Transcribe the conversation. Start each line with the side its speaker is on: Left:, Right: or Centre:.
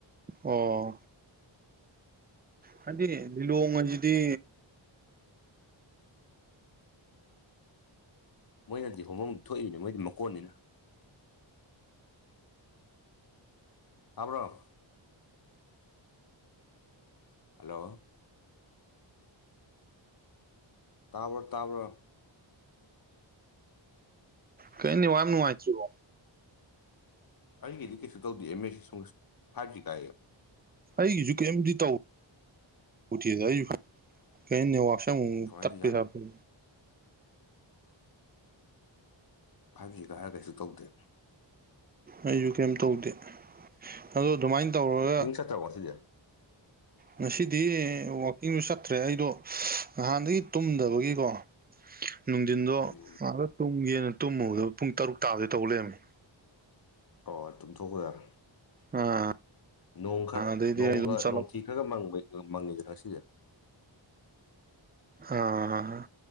Right: ꯑꯣ ꯍꯥꯏꯗꯤ ꯂꯤꯂꯣꯡ ꯍꯥꯏꯖꯤꯗꯤ
Left: ꯃꯣꯏꯅꯗꯤ ꯍꯣꯡꯐꯝ ꯊꯣꯛꯏꯅꯦ ꯃꯣꯏꯗꯤ ꯃꯀꯣꯟꯅꯤꯅ ꯇꯥꯕ꯭ꯔ‌ꯣ ꯍꯜꯂꯣ ꯇꯥꯕꯔꯣ ꯇꯥꯕꯔꯣ
Right: ꯀꯩꯅꯣ ꯅꯦꯋꯥꯛ ꯅꯨꯡꯉꯥꯏꯇꯔꯤꯕ‌ꯣ
Left: ꯑꯩꯒꯤꯗꯤ ꯀꯩꯁꯨ ꯇꯧꯗꯦ ꯑꯦꯝ ꯑꯦꯁ ꯁꯨꯡ ꯐꯥꯏꯚ ꯖꯤ ꯀꯥꯏꯌ‌ꯦ
Right: ꯑꯩꯒꯤꯁꯨ ꯀꯩꯝꯗꯤ ꯇꯧ <inaudible> ꯗꯦꯗ ꯑꯩ <unintelligible> ꯀꯩꯅꯣ ꯅꯦꯋꯥꯛꯁꯦ ꯑꯃꯨꯛ ꯑꯃꯨꯛ
Left: ꯀꯃꯥꯏꯅ
Right: ꯇꯥꯠꯄꯩ
Left: ꯇꯧꯔꯤꯖꯥꯠꯅꯣ
Right: ꯇꯥꯏꯞ ꯇꯧ
Left: ꯐꯥꯏꯚ ꯖꯤ ꯀꯥꯔꯒ ꯀꯩꯁꯨ ꯇꯧꯗꯦ
Right: ꯑꯩꯖꯨ ꯀꯩꯝ ꯇꯧꯗꯦ ꯑꯗꯣ ꯑꯗꯨꯃꯥꯏꯅ ꯇꯧꯔꯒ
Left: ꯆꯠꯇꯔꯕꯣ ꯉꯥꯁꯤꯗꯤ
Right: ꯉꯁꯤꯗꯤ ꯋꯥꯛꯀꯤꯡꯁꯨ ꯆꯠꯇ꯭ꯔꯦ ꯑꯩꯗꯣ ꯅꯍꯥꯟꯗꯒꯤ ꯇꯨꯝꯗꯕꯒꯤꯀꯣ
Left: <inaudible>
Right: ꯅꯨꯡꯊꯤꯟꯗꯣ
Left: ꯎꯝ
Right: ꯉꯥꯛꯇꯥ ꯇꯨꯝꯒꯦꯅ ꯇꯨꯝꯃꯨꯕꯗ‌ꯣ ꯄꯨꯡ ꯇꯔꯨꯛ ꯇꯥꯒ‌ꯦ ꯇꯧ ꯂꯩꯔꯝꯃꯦ
Left: ꯑꯣ ꯇꯨꯝꯊꯣꯛꯀꯗꯝ
Right: ꯑꯥ
Left: ꯅꯣꯡ ꯈꯔ
Right: ꯑꯗꯩꯗꯤ
Left: ꯅꯣꯡꯒꯥ
Right: ꯑꯩ ꯑꯗꯨꯝ ꯆꯠꯂ
Left: ꯅꯣꯡꯊꯤ ꯈꯔꯒꯥ ꯃꯪꯕ ꯃꯪꯉꯤꯗꯥꯅ ꯉꯥꯁꯤꯗꯤ
Right: ꯑꯥ